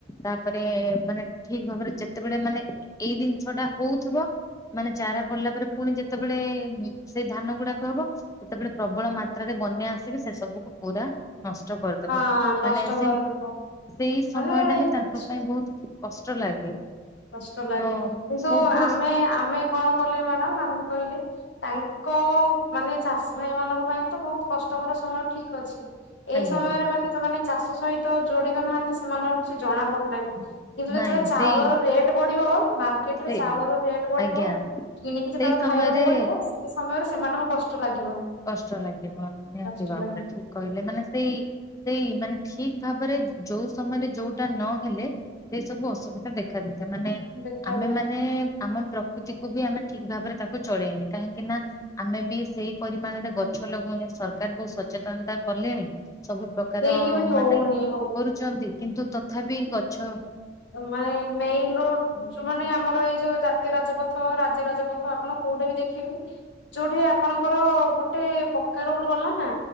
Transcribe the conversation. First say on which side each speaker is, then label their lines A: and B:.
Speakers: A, on the left; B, on the left.
A: ତାପରେ ମାନେ ଠିକ ଭାବରେ, ଯେତେବେଳେ ମାନେ, ଏଇ ଜିନିଷ ଟା ହଉଥିବ ମାନେ ଚାରା ପଡିଲା ପରେ, ପୁଣି ଯେତେବେଳେ ସେଇ ଧାନ ଗୁଡାକ ହବ, ସେତେବେଳେ ପ୍ରବଳ ମାତ୍ରାରେ ବନ୍ୟା ଆସିକି ସେ ସବୁକୁ ପୁରା ନଷ୍ଟ କରିଦବ,
B: ହଁ ନଷ୍ଟ
A: ମାନେ ସେ
B: କରିଦବ
A: ସେଇ ସମୟ
B: ମାନେ
A: ଟା ହିଁ ତାଙ୍କ
B: କିଛି
A: ପାଇଁ ବହୁତ କଷ୍ଟ ଲାଗେ।
B: କଷ୍ଟ ଲାଗେ
A: ତ
B: କିନ୍ତୁ
A: ସବୁ
B: ଆମେ ଆମେ କଣ କଲେ ମ୍ୟାଡାମ ଆମେ କହିଲେ ତାଙ୍କ ମାନେ ଚାଷୀ ଭାଇ ମାନଙ୍କ ପାଇଁ ତ ବହୁତ କଷ୍ଟ ତମର ସମୟ ଠିକ ଅଛି, ଏଇ
A: ଆଜ୍ଞା
B: ସମୟରେ ମାନେ ଯଉମାନେ ଚାଷୀ ତାଙ୍କ ସହିତ ଯୋଡିତ ନାହାନ୍ତି, ସେମାନଙ୍କୁ କିଛି ଜଣା ପଡିଲାନି କିନ୍ତୁ ଯେତେବେଳେ
A: ନାଇଁ
B: ଚାଉଳର
A: ସେଇ
B: ରେଟ୍ ବଢ଼ିବ, ମାର୍କେଟ
A: ସେ
B: ରେ ଚାଉଳର ରେଟ୍ ବଢ଼ିବ,
A: ଆଜ୍ଞା
B: କିଣିକି ଯେତବେଳେ
A: ସେଇ ସମୟରେ
B: ଖାଇବାକୁ ପଡିବ ସମୟରେ ସେମାନଙ୍କୁ କଷ୍ଟ ଲାଗିବ।
A: କଷ୍ଟ ଲାଗିବ ନିହାତି
B: କଷ୍ଟ
A: ଭାବରେ,
B: ଲାଗିବ
A: ଠିକ କହିଲେ, ମାନେ ସେଇ, ସେଇ ମାନେ ଠିକ ଭାବରେ ଯୋଉ ସମୟରେ ଯୋଉଟା ନହେଲେ ସେଇ ସବୁ ଅସୁବିଧା ଦେଖାଦ ସେମାନେ,
B: ଦେଖାଯାଏ।
A: ଆମେ ମାନେ ଆମ ପ୍ରକୃତିକୁୁ ବି ଆମେ ଠିକ ଭାବରେ ତାକୁ ଚଳେଇନି କାହିଁକି ନା -ଆମେ ବି ସେଇ ପରିମାଣରେ ଗଛ ଲଗଉନେ, ସରକାର ବହୁତ ସଚେତନତା କଲେଣି। ସବୁ ପ୍ରକାର
B: ହେଇକି ବି ହଉନି
A: ମାନେ
B: ହଉନି
A: କରୁଛନ୍ତି କିନ୍ତୁ ତଥାପି ଗଛ
B: ମେ ମେନ୍ ରୋଡ଼୍ ଯୋଉମାନେ ଆମର ଏଇ ଯୋଉ ଜାତୀୟ ରାଜପଥ, ରାଜ୍ୟ ରାଜପଥ ଆପଣ କୋଉଟା ବି ଦେଖିବେ ଯୋଉଠି ଆପଣଙ୍କର ଗୋଟେ ପକ୍କା ରୋଡ ଗଲା ନା,